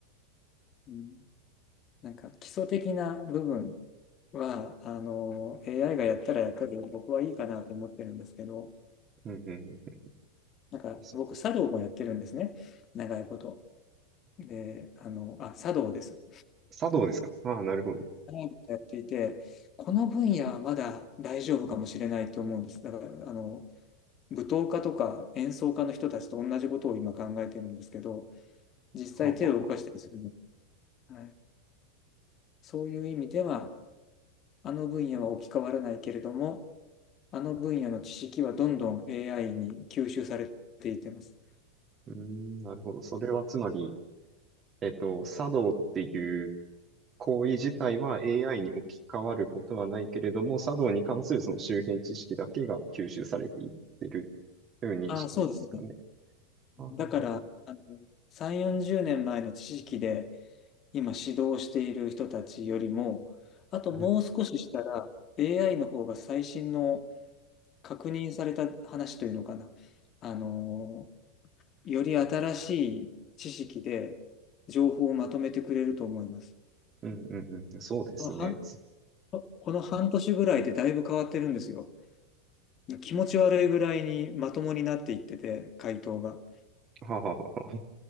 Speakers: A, on the left; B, on the right.
A: うんなんか基礎的な部分は、あの、AI がやったらやったで僕はいいかなと思ってるんですけど、
B: うん、うん、うん。
A: なんか僕、
B: そ
A: 茶道もやってるんですね。長いこと。で、あの、あ、茶道です。
B: 茶道ですかああ、なるほど。
A: 長いことやっていて、この分野はまだ大丈夫かもしれないと思うんです。だから、あの、舞踏家とか演奏家の人たちと同じことを今考えてるんですけど、実際手を動かしたりするの。
B: はあ、はあ、はあ。はあ
A: はい。そういう意味では、あの分野は置き換わらないけれども、あの分野の知識はどんどん AI に吸収されていってます。
B: うーん、なるほど。それはつまり、えっと、茶道っていう行為自体は AI に置き換わることはないけれども、茶道に関するその周辺知識だけが吸収されていってるという認識ですかね。
A: ああ、そうですね。
B: はあはあはあ
A: だから、あの、3、40年前の知識で今指導している人たちよりも、あともう少ししたら
B: うん、
A: AI の方が最新の確認された話というのかな。あの、より新しい知識で情報をまとめてくれると思います。
B: うん、うん、うん、そうですね。
A: あの半この半年ぐらいでだいぶ変わってるんですよ。気持ち悪いぐらいにまともになっていってて、回答が。
B: はあはあはあ